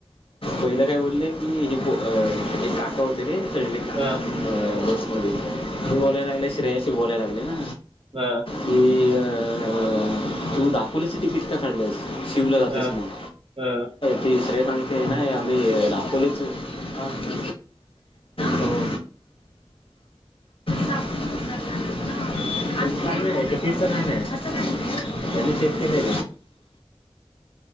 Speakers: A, on the left (about 70°); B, on the right (about 80°).
A: पहिलं काय बोलले की हे अ एक काका होते. ते सली की
B: हं,
A: आ <unintelligible> तो बोलाय लागलाय श्रेयस की बोलायला लागले ना
B: हं,
A: की अ अं, तू दापोलीचं तीकिट का काढलंस? शिवला जातेस
B: हं,
A: मग.
B: हं.
A: तिसरे सांगते ना आम्ही दपोलीचे, हं हो दाखवून करणार आहेत काय नाही तिकीटच काय नाही, त्यांनी चेक केलंय